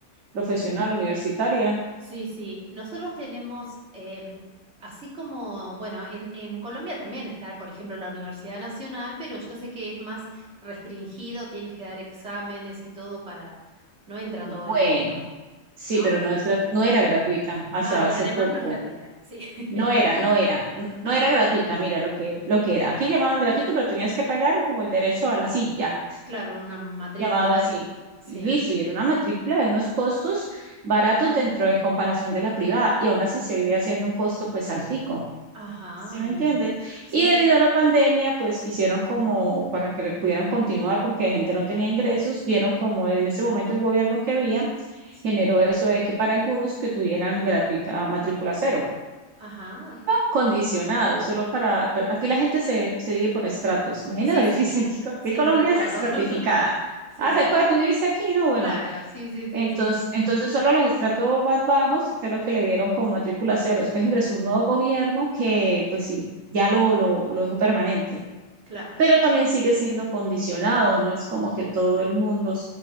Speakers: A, on the right; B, on the right.
A: profesional, universitaria.
B: sí, sí. Nosotros tenemos, em, así como, bueno, en, en Colombia también está, por ejemplo, la Universidad Nacional, pero yo sé que es más restringido, tienes que dar exámenes y todo para... No entra todo
A: Bueno,
B: el mundo,
A: sí,
B: ¿no?
A: pero no es, grat- no era gratuita hasta
B: Ah, y
A: hace
B: además
A: poco.
B: no es gratuita. Sí, <laughs>
A: No
B: aquí.
A: era, no era, n-
B: Ah,
A: no era gratuita, mira lo que, lo que era. Aquí llamaban gratuito, pero tenías que pagar como el derecho a la silla,
B: claro, una matrícula,
A: llamado así.
B: algo. Sí.
A: Y listo, y era una matrícula de unos costos baratos
B: Mm.
A: dentro en comparación de la privada, y aún así seguiría siendo un costo pues altico,
B: Ajá,
A: ¿sí me
B: mira.
A: entienden?
B: Sí,
A: Y debido
B: sí,
A: a la pandemia, pues quisieron como para que le pudieran continuar porque la gente no tenía ingresos, dieron como en ese momento el gobierno que había,
B: sí.
A: generó eso de que para algunos que tuvieran gratuita matrícula cero
B: Ajá.
A: condicionado, solo para... pero Aquí la gente se, se vive por estratos. Imagina
B: Sí,
A: lo difícil
B: sí.
A: <laughs> aquí. co- aquí
B: Sí,
A: Colombia
B: lo recuerdo.
A: es estratificada.
B: <laughs> Sí,
A: Ah,
B: sí.
A: ¿te acuerdas? Tú viviste aquí, ¿no? Bueno,
B: Claro, sí, sí, sí,
A: entonces,
B: sí.
A: entonces solo los estratos más bajos fue lo que le dieron como matrícula cero. Después ingresó un nuevo gobierno que, pues sí, ya lo, lo, lo dejó permanente
B: Claro,
A: pero también sigue siendo condicionado, no es como que todo el mundo